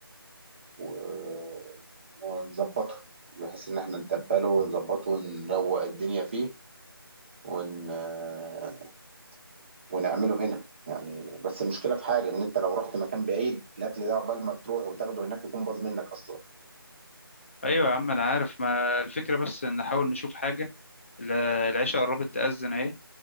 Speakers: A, on the right (about 30°); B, on the left (about 30°).
A: و- ونظبطه بحيث ان احنا نتبله ونظبطه ونروق الدنيا فيه ون... آه، ونعمله هنا يعني بس المشكله في حاجه ان انت لو رحت مكان بعيد الاكل ده عقبال ما تروح وتاخده هناك يكون باظ منك اصلا
B: ايوه يا عم انا عارف ما الفكره بس إن نحاول نشوف حاجه ال- العشاء قربت تأذن اهي